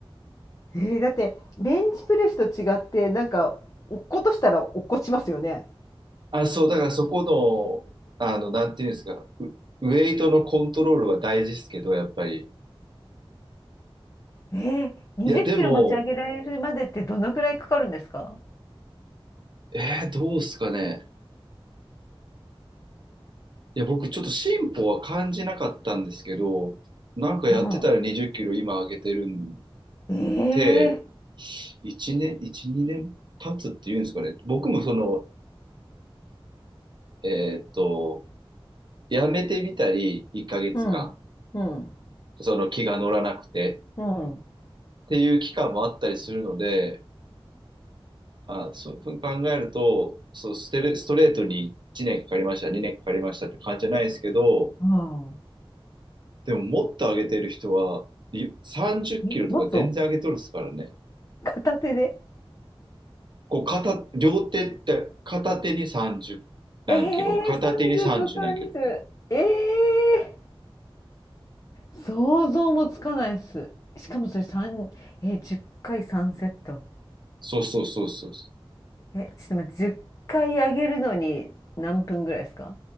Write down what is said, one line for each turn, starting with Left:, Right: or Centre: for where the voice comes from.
Left: えー、だってベンチプレスと違ってなんか落っことしたら落っこちますよね
Right: あ、そう、だからそこの、あの、なんていうんですか、ウ、ウェイトのコントロールは大事ですけど、やっぱり。
Left: えー、20キロ持ち上げられるまでってどのくらいかかるんですか
Right: いや、でも、えー、どうですかね。いや、僕ちょっと進歩は感じなかったんですけど、なんかやってたら20キロ今上げてるん
Left: うんええー
Right: で、1年、1、2年経つっていうんですかね。僕もその、えーっと、やめてみたり、1ヶ月
Left: うんうん
Right: 間、その気が乗らなくて
Left: うん
Right: っていう期間もあったりするので、あ、そう考えると、そうステレ、ストレートに1年かかりました、2年かかりましたって感じじゃないですけど、
Left: うん。
Right: でももっと上げてる人は、い30キロとか全然上げとるっすからね。
Left: えもっと片手で
Right: こう片、両手って片手に30何キロ、
Left: ええー、
Right: 片手に30何キロ。
Left: 30と30。ええー、想像もつかないっす。しかもそれ三えー、10回3セット。
Right: そうそうそうそう。
Left: え、ちょっと待って、10回上げるのに何分ぐらいですか